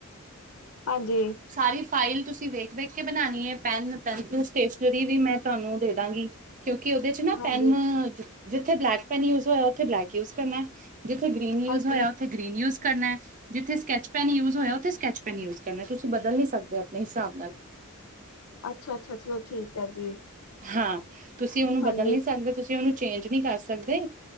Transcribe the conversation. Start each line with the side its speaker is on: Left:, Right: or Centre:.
Left: ਹਾਂਜੀ
Right: ਸਾਰੀ ਫਾਈਲ ਤੁਸੀਂ ਵੇਖ ਵੇਖ ਕੇ ਬਣਾਉਣੀ ਹੈ ਪੈਨ ਪੈਨਸਿਲ ਸਟੇਸ਼ਨਰੀ ਵੀ ਮੈਂ ਤੁਹਾਨੂੰ ਦੇ ਦਾਂਗੀ ਕਿਉਂਕਿ ਉਹਦੇ ਚ ਨਾ
Left: ਹਾਂਜੀ
Right: ਪੈੱਨ ਜਿੱਥੇ ਬਲੈਕ ਪੈੱਨ ਯੂਜ ਹੋਇਆ ਉੱਥੇ ਬਲੈਕ ਯੂਜ ਕਰਨਾ ਜਿੱਥੇ ਗ੍ਰੀਨ ਯਿਊਜ
Left: ਹਾਂਜੀ
Right: ਹੋਇਆ ਗ੍ਰੀਨ ਯੂਜ ਕਰਨਾ ਜਿੱਥੇ ਸਕੈਚ ਪੈਨ ਯੂਜ ਹੋਇਆ ਉੱਥ ਸਕੈਚ ਪੈਨ ਯੂਜ ਕਰਨਾ ਤੁ ਬਦਲ ਨੀ ਸਕਦੇ ਆਪਣੇ ਹਿਸਾਬ ਨਾਲ
Left: ਅੱਛਾ ਅੱਛਾ ਚਲੋ ਠੀਕ ਹੈ ਜੀ।
Right: ਹਾਂ ਤੁਸੀਂ ਉਹਨੂੰ ਬਦਲ
Left: ਹਾਂਜੀ
Right: ਨੀ ਸਕਦੇ ਤੁਸੀਂ ਉਹਨੂੰ ਚੇਂਜ ਨਹੀਂ ਕਰ ਸਕਦੇ।